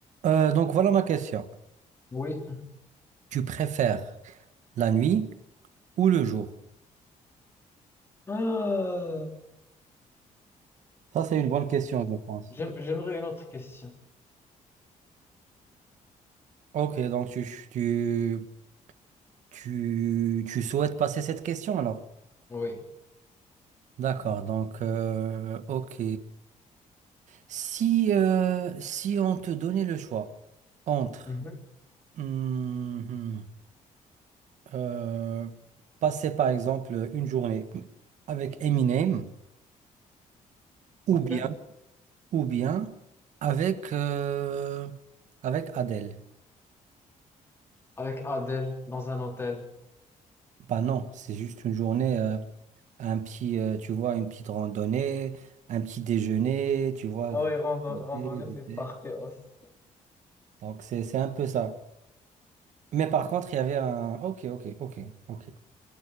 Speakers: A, on the right (about 65°); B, on the left (about 15°).
A: Euh, donc voilà ma question.
B: Oui.
A: Tu préfères la nuit ou le jour?
B: Ah,
A: Ça, c'est une bonne question, je pense.
B: j'aim- j'aimerais une autre question.
A: Ok, donc tu, tu, tu, tu souhaites passer cette question alors?
B: Oui.
A: D'accord, donc euh, ok. Si, euh, si on te donnait le choix entre
B: Mhm.
A: hum, euh, passer par exemple une journée avec Eminem ou
B: OK.
A: bien, ou bien avec, euh, avec Adele.
B: Avec Adèle dans un hôtel.
A: Bah non, c'est juste une journée, euh, un petit, euh, tu vois, une petite randonnée, un petit déjeuner, tu vois.
B: Ah
A: vous-
B: oui, rando-
A: goûter,
B: randonnée,
A: goûter.
B: c'est parfait aussi.
A: Donc c'est c'est un peu ça. Mais par contre, il y avait un... Ok, ok, ok, ok.